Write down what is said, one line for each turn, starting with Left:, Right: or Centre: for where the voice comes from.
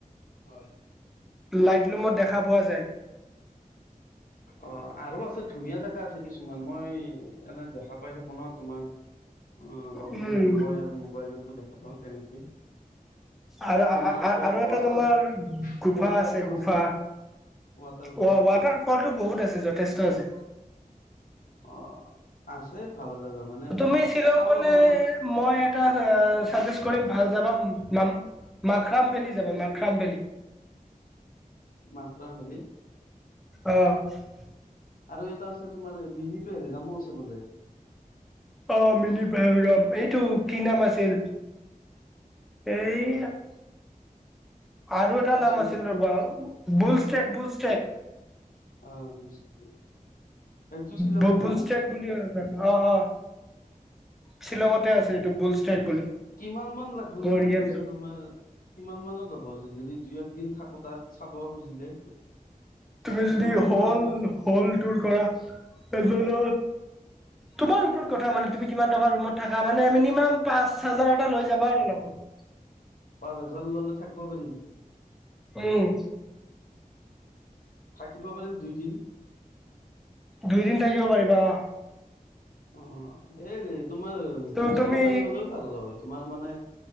Left: হয়।
Centre: লাইটলুমত দেখা পোৱা যায়।
Left: অ', আৰু আছে, ধুনীয়া জেগা আছে কিছুমান, মই এনে দেখা পাই থাকো ন' তোমাৰ অ' লগ
Centre: উম।
Left: বন্ধু কয় আৰু মোবাইলতো দেখা পাওঁ তেনেকে।
Centre: আৰু
Left: তোমাৰ ৱা-ৱাটাৰ,
Centre: আৰু এটা তোমাৰ গুফা
Left: ৱাটাৰ ফল
Centre: গুফা
Left: আছে নেকি। ৱাটাৰফল।
Centre: অ ৱাটাৰ ফলটো বহুত আছে, যথেষ্ট আছে।
Left: অ' আছে ভাল জেগা মানে,
Centre: তুমি শ্বিলং
Left: চাওঁ
Centre: গলে
Left: ৰ'বা আমাৰ
Centre: মই এটা আ, চাজেষ্ট কৰিম, ভাল যাবা নাম মাখৰাম ভেলী যাবা, মাখৰাম ভেলী।
Left: মাখৰাম ভেলী?
Centre: অ'।
Left: আৰু এটা আছে তোমাৰ মিনি পেহেলগামো আছে বোলে।
Centre: অ' মিনি পেহেলগাম, এইটো কি নাম আছিল। এই আৰু এটা
Left: কাশ্মীৰ
Centre: নাম আছিল ৰ'বা বুলষ্টেক, বুলষ্টেক।
Left: অ' <unintelligible> সেইটো শ্বিলঙতে
Centre: বু-বুলষ্টেক
Left: ন
Centre: বুলি অ', অ', শ্বিলঙতে আছে এইটো বুলষ্টেক বুলি।
Left: কিমান মান লাগবনো
Centre: বঢ়িয়া
Left: এনে পইচা
Centre: জেগা
Left: তোমাৰ? কিমান মানত হ'ব যদি দুই একদিন থাকোঁ তাত চাব খুজিলে।
Centre: তুমি
Left: একজনৰ
Centre: যদি হ'ল,
Left: কিমান মান
Centre: হ'ল দূৰ কৰা এজনৰ তোমাৰ ওপৰত কথা মানে তুমি কিমান টকা ৰুমত থকা, মানে মিনিমাম পাঁচ হাজাৰ এটা লৈ যাব আৰু লগত।
Left: পাঁচ হাজাৰ ল'লে থাকব পাৰিম?
Centre: উম।
Left: থাকিব পাৰিম দুইদিন।
Centre: দুইদিন থাকিব পাৰিবা অ'।
Left: অ', এই তোমাৰ
Centre: ত
Left: দুই চাৰিজন
Centre: তুমি
Left: গ'লওঁ ভাল হ'লে হয়, তোমাৰ মানে